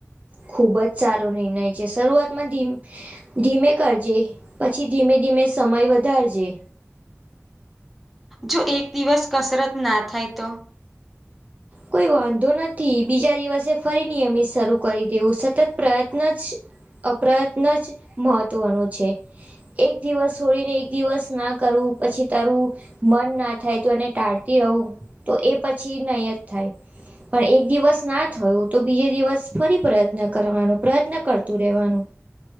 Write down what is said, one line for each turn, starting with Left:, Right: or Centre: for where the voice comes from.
Right: ખૂબ જ સારો નિર્ણય છે, શરૂઆતમાં ધીમ ધીમે કરજે પછી ધીમે ધીમે સમય વધારજે
Centre: જો એક દિવસ કસરત ના થાય તો
Right: કોઈ વાંધો નથી બીજા દિવસે ફરી નિયમિત શરૂ કરી દેવું સતત પ્રયત્ન જ અપ્રયત્ન જ મહત્વનુ છે. એક દિવસ છોડીને એક દિવસ ના કરુ પછી તારુ મન ના થાય તો એને ટાળતી રહું તો એ પછી નયત થાય. પણ એક દિવસ ના થયું તો બીજે દિવસ ફરી પ્રયત્ન કરવાનો પ્રયત્ન કરતું રહેવાનુ